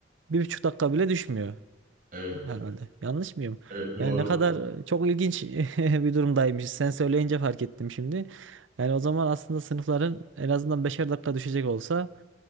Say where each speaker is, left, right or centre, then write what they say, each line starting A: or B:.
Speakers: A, on the right; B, on the right.
A: bir buçuk dakika bile düşmüyor
B: evet,
A: herhalde. Yanlış mıyım?
B: evet, evet, doğru.
A: Yani ne kadar çok ilginç <laughs> bir durumdaymış. Sen söyleyince fark ettim şimdi. Yani o zaman aslında sınıfların en azından beşer dakika düşecek olsa